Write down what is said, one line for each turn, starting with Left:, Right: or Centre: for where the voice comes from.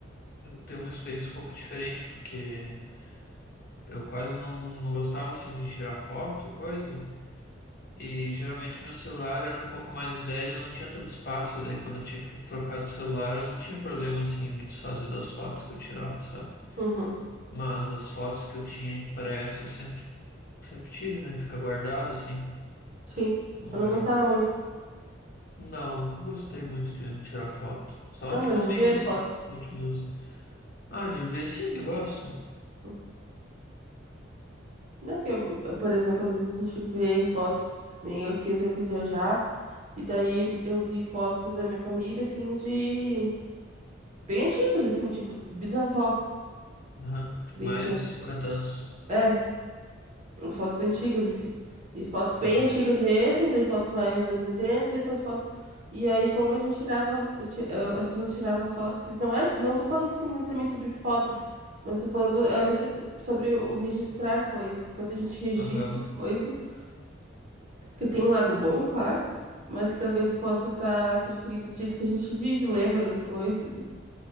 Left: tenho uma experiência um pouco diferente, porque eu quase não, não gostava, assim, de tirar foto e coisa. E geralmente meu celular era um pouco mais velho, não tinha tanto espaço, daí quando eu tinha que trocar de celular, eu não tinha problema assim em me desfazer das fotos que eu tirava, sabe?
Right: uhum,
Left: Mas as fotos que eu tinha impressa, eu sempre, sempre tive, né? Fica guardado assim,
Right: sim.
Left: no
Right: Eu
Left: lugar.
Right: não gostava muito.
Left: Não, nunca gostei muito de tirar foto. Só
Right: Não,
Left: ultimamente,
Right: mas de ver
Left: assim,
Right: fotos.
Left: nos últimos anos. Ah, de ver, sim, eu gosto.
Right: Hum. Não é que, eu- eu, por exemplo, às vezes a gente vê fotos, que nem eu, se eu fui viajar. E daí eu vi fotos da minha família, assim, de... Bem antigas, assim, tipo, bisavó.
Left: Aham.
Right: Daí
Left: Mais
Right: tinha... uns-
Left: de 50 anos.
Right: É, fotos antigas, assim. E fotos bem
Left: Aham,
Right: antigas mesmo, daí fotos mais anos 80 e depois fotos... E aí, como a gente tirava... eu ti- eu- As pessoas tiravam as fotos, e não é... Não tô falando, assim, necessariamente sobre foto, mas tô falando é, nesse- sobre o registrar coisas. Quando a gente registra
Left: aham.
Right: as coisas, que tem um lado bom, claro, mas que talvez possa estar interferindo do jeito que a gente vive, lembra das coisas.